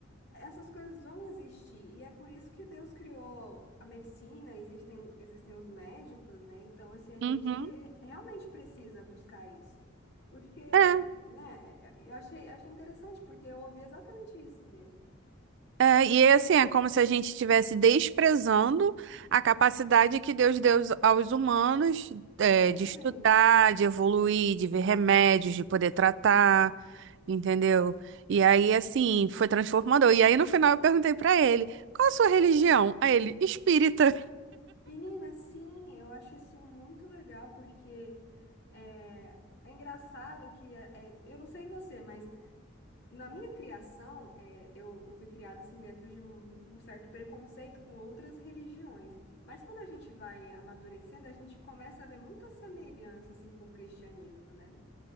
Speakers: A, on the left; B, on the right.
A: essas coisas vão existir, e é por isso que Deus criou a medicina, existem, existem os médicos, né? Então, assim, a gente
B: uhum.
A: realmente precisa buscar isso. Porque,
B: É,
A: né, é, eu achei, achei interessante, porque eu ouvi exatamente isso dele.
B: é, e é assim, é como se a gente estivesse desprezando a capacidade que Deus deu aos humanos,
A: Exatamente.
B: é, de estudar, de evoluir, de ver remédios, de poder tratar, entendeu? E aí, assim, foi transformador. E aí, no final, eu perguntei pra ele, qual a sua religião? Aí ele, espírita.
A: Menina, sim, eu acho isso muito legal, porque é, é engraçado que, é, é, eu não sei você, mas Na minha criação, é, eu, eu fui criada assim dentro de um, um certo preconceito com outras religiões. Mas quando a gente vai amadurecendo, a gente começa a ver muita semelhança assim com o cristianismo, né?